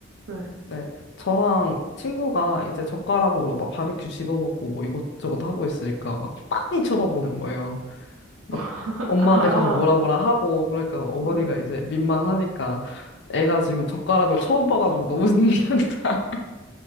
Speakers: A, on the right (about 90°); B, on the left (about 60°).
A: 네.
B: 네. 저랑 친구가 이제 젓가락으로 막 바베큐 집어먹고 뭐 이것저것 하고 있으니까 막 빤히 쳐다보는 거예요. 막
A: <laughs>
B: 엄마한테
A: 아,
B: 가서 뭐라 뭐라 하고, 그러니까 어머니가
A: 음.
B: 이제 민망하니까 애가 지금 젓가락을 처음 봐가지고 너무 <laughs> 신기하다.